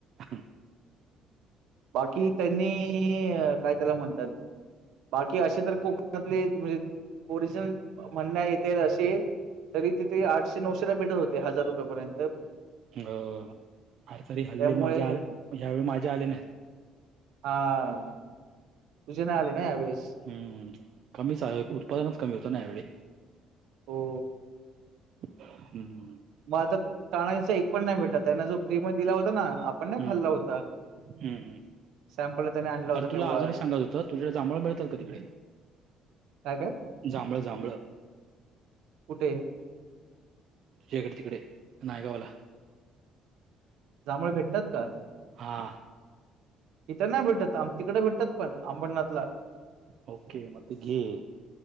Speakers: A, on the right; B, on the right.
A: ह.
B: बाकी त्यांनी काय त्याला म्हणतात. बाकी असे तर कोकणातले म्हणजे ओरिजिनल म्हणण्यात येतील असे, तरी तिथे, आठशे-नऊशे ला भेटत होते, हजार रुपये पर्यंत.
A: अ आरे तरी हल्ली
B: त्यामुळे
A: माझे ह्यावेेळी माझे आले नाहीत.
B: हा तुझे नाही आले ना, ह्यावेळी.
A: हम्म कमीच आहे, उत्पादनच कमी होतं ना यावेळी.
B: हो.
A: हम्म.
B: मग आता ताणाईच एक पण नाही भेटत आहे जो फ्री मध्ये दिला होता ना आपण नाही
A: हम्म
B: खाल्ला
A: हम्म
B: होता
A: हम्म
B: सॅम्पलला त्याने आणला होता
A: अरे तुला
B: तेव्हा
A: अजुन एक सांगत होतं तुझ्या कडे जांभळ मिळतात का तिकडे
B: काय काय
A: जांभळं-जांभळं
B: कुठे
A: तुझ्याकडे तिकडे नायगावला
B: जांभळ भेटतात का
A: हा
B: इथ नाही भेटत आम तिकडे भेटतात पण अंबरनाथला
A: ओके मग ते घे